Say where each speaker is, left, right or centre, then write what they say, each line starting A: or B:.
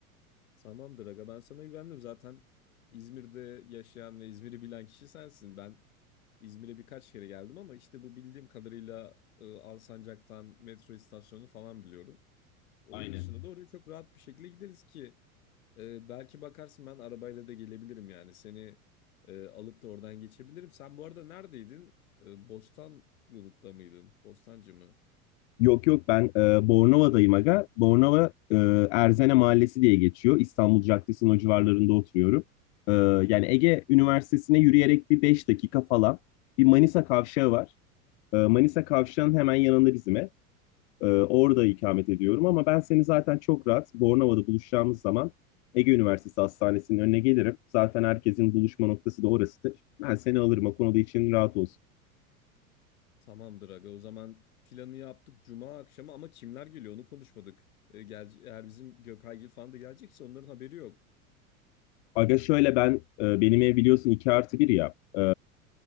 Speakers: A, on the left (about 70°); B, on the left (about 50°).
A: Tamamdır aga ben sana güvendim zaten İzmir'de yaşayan ve İzmir'i bilen kişi sensin. Ben İzmir'e birkaç kere geldim ama işte bu bildiğim kadarıyla e, Alsancak'tan metro istasyonunu falan biliyorum. Onun
B: Aynen.
A: dışında da oraya çok rahat bir şekilde gideriz ki e, belki bakarsın ben arabayla da gelebilirim yani seni e, alıp da oradan geçebilirim. Sen bu arada neredeydin? E, Bostanlı'da mıydın? Bostancı mı?
B: Yok yok ben e, Bornova'dayım aga. Bornova e, Erzene Mahallesi diye geçiyor. İstanbul Caddesi'nin o civarlarında oturuyorum. E, yani Ege Üniversitesi'ne yürüyerek bir 5 dakika falan bir Manisa Kavşağı var. E, Manisa Kavşağı'nın hemen yanında bizim ev. Ee, orada ikamet ediyorum ama ben seni zaten çok rahat Bornova'da buluşacağımız zaman Ege Üniversitesi Hastanesi'nin önüne gelirim. Zaten herkesin buluşma noktası da orasıdır. Ben seni alırım o konuda için rahat olsun.
A: Tamamdır aga. O zaman planı yaptık Cuma akşamı ama kimler geliyor onu konuşmadık. E, gel, eğer bizim Gökaygil falan da gelecekse onların haberi yok.
B: Aga şöyle ben e, benim ev biliyorsun 2 artı bir ya. E,